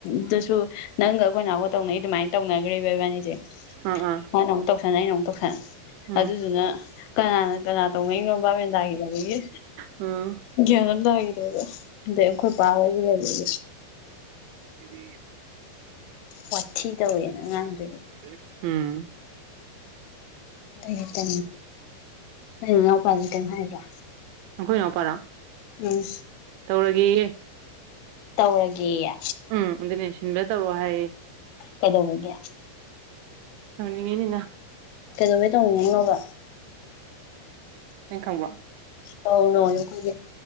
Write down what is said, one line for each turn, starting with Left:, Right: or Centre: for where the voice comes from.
Left: ꯑꯗꯨꯁꯨ ꯅꯪꯒ ꯑꯩꯈꯣꯏꯅꯅꯥ ꯑꯃꯒ ꯇꯧꯅꯩ ꯑꯗꯨꯃꯥꯏꯅ ꯇꯧꯅꯈ꯭ꯔꯤꯕ ꯏꯕꯥꯅꯤꯁꯦ
Right: ꯑꯥ ꯑꯥ
Left: ꯃꯥꯅ ꯑꯃꯨꯛ ꯇꯧ ꯑꯩꯅ ꯑꯃꯨꯛ ꯇꯧ ꯁꯥꯟ
Right: ꯎꯝ
Left: ꯑꯗꯨꯗꯨꯅ ꯀꯅꯥꯅ ꯀꯅꯥ ꯇꯧꯅꯩꯅꯣ ꯕꯥꯛ ꯃꯦꯟ ꯇꯥꯈꯤꯗꯕꯒꯤ
Right: ꯎꯝ
Left: ꯒ꯭ꯌꯥꯟ ꯑꯃ ꯇꯥꯈꯤꯗ꯭ꯔꯦꯕ ꯑꯗꯩ ꯑꯩꯈꯣꯏ ꯄꯥ ꯑꯣꯏꯕ ꯂꯩꯕꯒꯤ
Right: ꯑꯗꯨ
Left: ꯋꯥꯊꯤ ꯇꯧꯋꯦꯅ ꯑꯉꯥꯡꯗꯨꯒꯤ
Right: <unintelligible> ꯎꯝ
Left: ꯂꯩꯇ ꯅ ꯏꯅꯥꯎꯄꯥꯗꯤ ꯀꯩꯅꯝ ꯍꯥꯏꯕ꯭ꯔꯥ
Right: ꯈꯣꯏ ꯏꯅꯥꯎ ꯄꯔꯣ
Left: ꯎꯝ
Right: ꯇꯧꯔꯒꯦꯌꯦ
Left: ꯇꯧꯔꯒꯦꯌꯦ
Right: ꯎꯝ ꯑꯗꯨꯅꯦ ꯁꯤꯟꯕ ꯇꯧꯔꯣ ꯍꯥꯏꯌꯦ
Left: ꯀꯩꯗꯧꯕꯒꯤ
Right: ꯌꯦꯉꯅꯤꯅ
Left: ꯀꯩꯗꯧꯕꯩ ꯇꯧꯅꯤꯡꯉꯛꯏꯅꯣꯕ
Right: ꯑꯩ ꯀꯪꯕꯔꯣ
Left: ꯇꯧꯔꯨꯅꯣꯌꯣ ꯑꯩꯈꯣꯏꯗꯤ